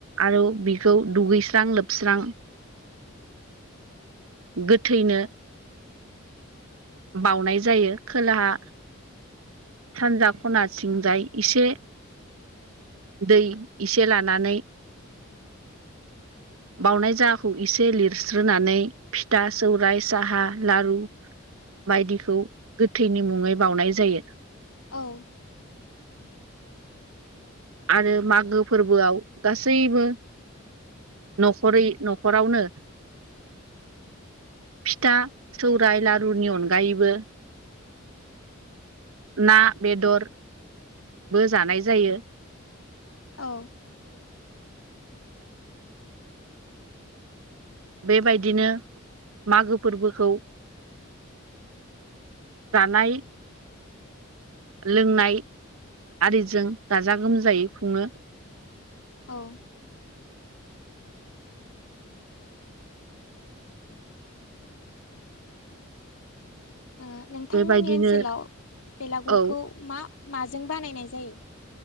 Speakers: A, on the right; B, on the left.
A: आरो बिखौ दुगैस्रां लोबस्रां गोथैनो बावनाय जायो खोलाहा सानजा खनाथिंजाय इसे दै एसे लानानै बावनाय जाहाखौ इसे लिरस्रोनानै फिथा सौराइ साहा लारु बायदिखौ गोथैनि मुङै बावनाय जायो
B: औ
A: आरो मागो फोरबोआव गासैबो न'खरै न'खरावनो फिथा सौराइ लारुनि अनगायैबो ना बेदरबो जानाय जायो
B: औ
A: बे बायदिनो मागो फोरबोखौ जानाय लोंनाय आरिजों गाजा गोमजायै खुङो
B: औ ओ नोंथांमोननि
A: बेबायदिनो
B: ओनसोलाव बेलागुरखौ
A: औ
B: मा माजों बानायनाय जायो